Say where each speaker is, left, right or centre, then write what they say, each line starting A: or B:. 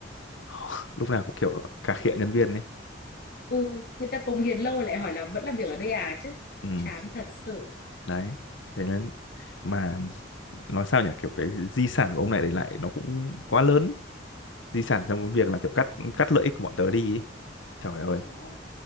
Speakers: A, on the left; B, on the left.
A: <laughs> lúc nào cũng kiểu cà khịa nhân viên ấy
B: ừ người ta cống hiến lâu lại hỏi là vẫn làm việc ở đây à chứ
A: ừ,
B: chán thật sự
A: đấy thế nên mà nói sao nhỉ kiểu cái di sản của ông này để lại nó cũng quá lớn ấy. di sản trong công việc là kiểu cắt cắt lợi ích của bọn tớ đi ấy. trời ơi
B: ôi dồi ôi.